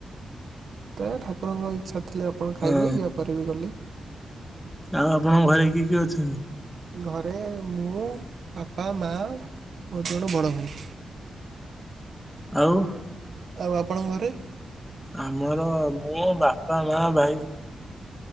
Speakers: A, on the right; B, in the centre.
A: ତା ଠାକୁରଙ୍କ ଇଚ୍ଛା ଥିଲେ ଆପଣ ଖାଇବେ
B: ହଁ
A: ୟା ପରେ ବି ଗଲେ।
B: ଆଉ ଆପଣଙ୍କ ଘରେ କିଏ କିଏ ଅଛନ୍ତି?
A: ଘରେ ମୁଁ ବାପା, ମା, ମୋର ଜଣେ ବଡ଼ ଭାଇ।
B: ଆଉ
A: ଆଉ ଆପଣଙ୍କ ଘରେ?
B: ଆମର ମୁଁ ବାପା ମା ଭାଇ।